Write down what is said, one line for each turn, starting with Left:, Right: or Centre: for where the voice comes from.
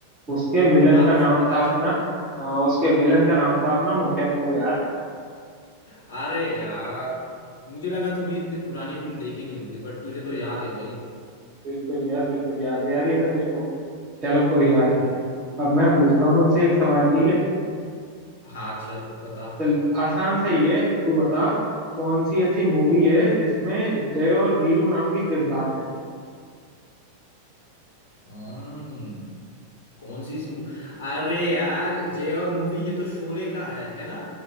Right: उसके विलन
Left: हाँ
Right: का
Left: तो
Right: नाम
Left: फिर बता
Right: था अपना
Left: चल
Right: अ, उसके विलन का नाम था अपना मोकेम्बो यार
Left: अरे यार मुझे लगा तूने इतनी पुरानी फिल्म देखी नहीं होगी बट तुझे तो याद है भाई
Right: बिल्कुल यार बिल्कुल याद है यार ये तो मेरे को चलो कोई बात नहीं अब मैं पूछता हूँ तुमसे एक सवाल ठीक है
Left: हाँ चल बता
Right: चल आसान सा ही है तू बता कौन सी ऐसी मूवी है जिसमें जय और वीरू नाम के किरदार थे
Left: हम्म कौन सी सी मूवी अरे यार जय और मूवी ये तो शोले का है है ना